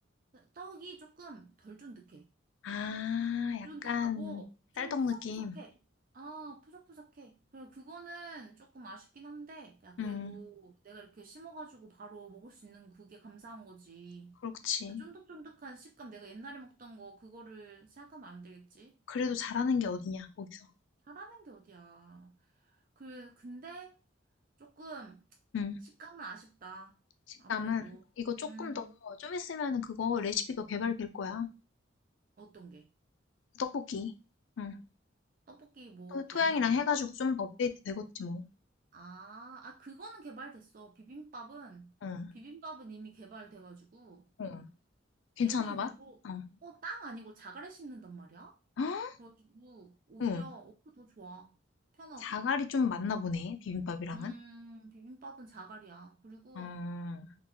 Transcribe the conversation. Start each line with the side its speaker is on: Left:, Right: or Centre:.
Right: 떡이 조금 덜 쫀득해.
Left: 아, 약간
Right: 쫀득하고 좀
Left: 쌀떡
Right: 푸석푸석해.
Left: 느낌.
Right: 아, 푸석푸석해. 그래, 그거는 조금 아쉽긴 한데, 야, 그래도
Left: 음,
Right: 내가 이렇게 심어가지고 바로 먹을 수 있는 그게 감사한 거지.
Left: 그렇지.
Right: 그 쫀득쫀득한 식감 내가 옛날에 먹던 거, 그거를 생각하면 안 되겠지?
Left: 그래도 잘하는 게 어디냐, 거기서.
Right: 잘하는 게 어디야. 그, 근데 조금
Left: 음.
Right: 식감은 아쉽다.
Left: 식감은
Right: 아무래도.
Left: 이거 조금
Right: 음,
Left: 더, 좀 있으면은 그거 레시피도 개발될 거야.
Right: 어떤 게?
Left: 떡볶이. 응.
Right: 떡볶이 뭐
Left: 또 토양이랑
Right: 양념
Left: 해가지고 좀 더 업데이트 되겠지 뭐.
Right: 아, 아, 그거는 개발됐어. 비빔밥은,
Left: 응,
Right: 비빔밥은 이미 개발돼가지고,
Left: 응. 괜찮아,
Right: 얘는
Left: 봐
Right: 그리고,
Left: 어.
Right: 어, 땅 아니고 자갈에 심는단 말이야?
Left: 헉?
Right: 그래가지고, 오히려,
Left: 응.
Right: 어, 더 좋아. 편하고.
Left: 자갈이 좀 맞나 보네, 비빔밥이랑은.
Right: 음, 비빔밥은 자갈이야. 그리고,
Left: 어.